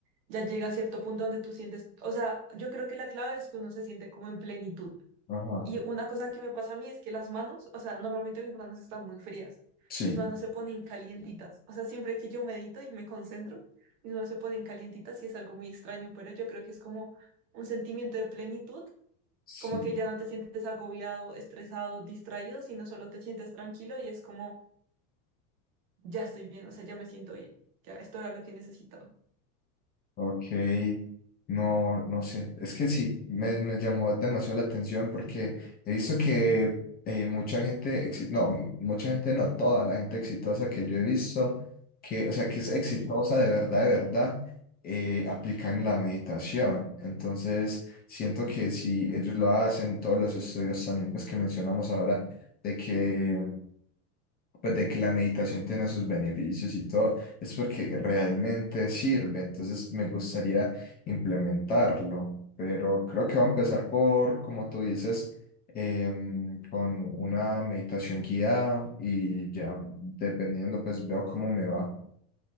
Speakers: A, on the right; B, on the left.
A: Ya llega a cierto punto donde tú sientes, o sea, yo creo que la clave es que uno se siente como en plenitud
B: Ajá.
A: Y una cosa que me pasa a mí es que las manos, o sea, normalmente mis manos están muy frías.
B: Sí,
A: Mis manos se ponen calientitas. O sea, siempre que yo medito y me concentro, mis manos se ponen calientitas y es algo muy extraño, pero yo creo que es como un sentimiento de plenitud,
B: sí.
A: como que ya no te sientes agobiado, estresado, distraído, sino solo te sientes tranquilo y es como, ya estoy bien, o sea, ya me siento bien. Ya, esto era lo que necesitaba.
B: Ok, no, no sé, es que sí, me, me llamó demasiado la atención porque he visto que eh, mucha gente, exi- no, mucha gente no, toda la gente exitosa que yo he visto, que, o sea, que es exitosa
A: Sí.
B: de verdad, de verdad, eh, aplican la meditación. Entonces, siento que si ellos lo hacen, todos los estudios también, pues que mencionamos ahora, de que pues de que la meditación tiene sus beneficios y todo, es porque realmente sirve, entonces me gustaría implementarlo, pero creo que va a empezar por, como tú dices, em, con una meditación guiada y ya dependiendo, pues veo cómo me va.